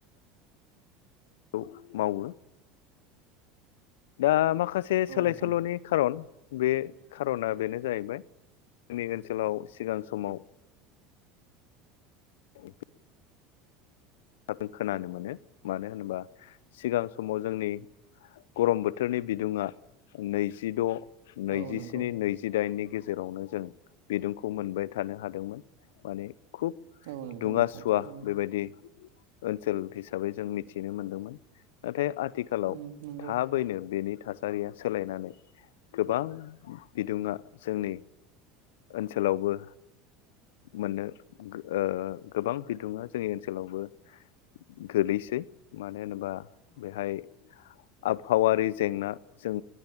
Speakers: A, on the left; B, on the right.
A: खौ मावो। दा माखासे
B: औ
A: सोलाय
B: नोंथां
A: सोल'नि खारन बे खार'ना बेनो जाहैबाय जोंनि ओनसोलाव सिगां समाव <inaudible> खाखो खोनानो मोनो, मानो होनोबा सिगां समाव जोंनि गरम बोथोरनि बिदुंङा नैजिद' नैजिस्नि
B: औ नंगौ
A: नैजिदाइननि गेजेरावनो जों बिदुंखौ मोनबाय थानो हादोंमोन, माने खुब
B: औ नंगौ
A: दुंङा
B: नोंथां
A: सुवा
B: थारैनो
A: बेबायदि ओनसोल हिसाबै जों मिथिनो मोनदोंमोन नाथाय आ थिखालाव
B: उम नंगौ
A: थाबैनो बेनि थासारिया सोलायनानै गोबां बिदुंङा जोंनि ओनसोलावबो मोननो ओ गोबां बिदुंङा जोंनि ओनसोलावबो गोलैसै मानो होनोबा बेहाय आबहावारि जेंना जों